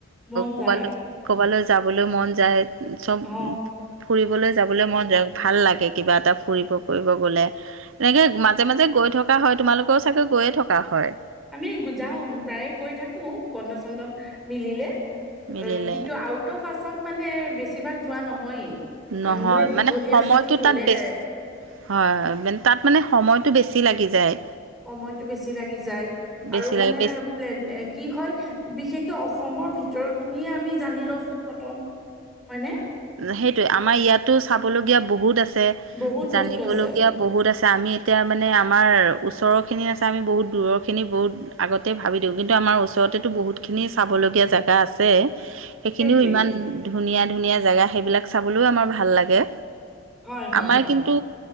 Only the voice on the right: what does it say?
কবালৈ
কবালৈ যাবলৈ মন যায়, চব
ফুৰিবলৈ যাবলৈ মন যায়, ভাল লাগে কিবা এটা। ফুৰিব ফুৰিব গ'লে, এনেকৈ মাজে মাজে গৈ থকা হয়, তোমালোকৰও চাগৈ গৈয়ে থকা হয়?
মিলিলে
নহয়
মানে সময়টো
তাত বেছি, হয় হয় তাত মানে সময়তটো বেছি <unintelligible> লাগি যায়।
বেছি
লাগে বেছি
সেইটোয়ে আমাৰ ইয়াতো চাবলগীয়া বহুত আছে,
জানিবলগীয়া
বহুত আছে আমি এতিয়া মানে আমাৰ ওচৰৰখিনি আছে আমি বহুত দূৰৰখিনি বহুত আগতে ভাব দিওঁ কিন্তু আমাৰ ওচৰতেতো বহুতখিনি চাব লগীয়া জেগা আছে সেইখিনিও
ইমান ধুনীয়া ধুনীয়া জেগা সেইবিলাক চাবলৈও আমাৰ ভাল লাগে।
আমাৰ
কিন্তু